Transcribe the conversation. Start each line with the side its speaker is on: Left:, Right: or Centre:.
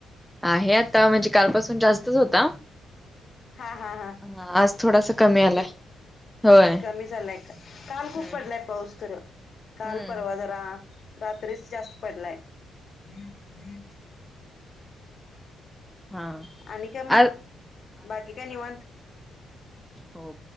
Centre: आहे आता, म्हणजे कालपासून जास्तच होता
Left: हा हा हा
Centre: हा आज थोडासा कमी आलाय. होय
Left: कमी झालाय का? काल खूप
Centre: हम्म
Left: पडलाय पाऊस खरं, काल
Centre: हम्म
Left: परवा जरा रात्रीच जास्त पडलाय. बीप बीप
Centre: हा,
Left: आणि काय मग
Centre: अल
Left: बाकी काय निवांत?
Centre: हो